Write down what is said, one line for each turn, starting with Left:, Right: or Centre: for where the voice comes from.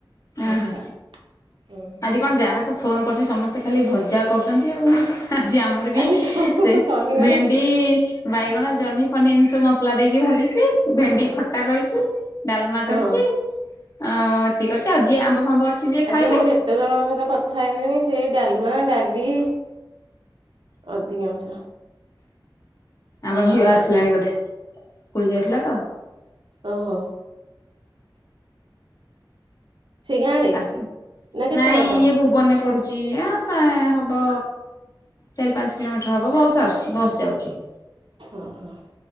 Right: ଭର୍ତ୍ତା
Left: ଓ ହ
Right: ହୁଁ ହୁଁ
Left: ଆଜି କଣ ଯାହାକୁ ଫୋନ କରୁଛି ସମସ୍ତେ ଖାଲି ଭଜା କରୁଛନ୍ତି ଆଉ ଆଜି ଆମର ବି
Right: ଆଜି ସବୁ
Left: ସେ
Right: ଶନିବାରେ
Left: ଭେ ଣ୍ଡି ବାଇଗଣ ଜହ୍ନି ପନିର ସବୁ ମସଲା ଦେଇକି ଭାଜିଛି ଭେଣ୍ଡି ଖଟା କରିଛି ଡାଲମା
Right: ହଁ
Left: କରିଛି ଅ ଏତିି କରିଛି ଆଉ ଯିଏ ଆମ୍ବ ଫାମ୍ବ ଅଛି ଯିଏ
Right: ଆଜି
Left: ଖାଇବେ
Right: ମୁଁ ଯେତେ ଜଣଙ୍କ ସହିତ କଥା ହେଲିଣି ସେ ଡାଲମା ଡାଲି ଅଧିକାଂଶ
Left: ଆମ ଝିଅ ଆସିଲାଣି ବୋଧେ ସ୍କୁଲ ଯାଇଥିଲା ତ
Right: ଓହୋ ସେ ଗାଁରେ
Left: ଆସିଲେ
Right: ନା କେତେ
Left: ନାଇଁ
Right: ବାଟ
Left: ଏ ଭୁବନରେ ପଢୁଛି ଆ ଚାଁ ହବ ଚାରି ପାଞ୍ଚ କିଲୋମିଟର ହବ ବସ୍ ଆଶୁଚି ବସ୍ ଯାଉଛି।
Right: ଓହୋ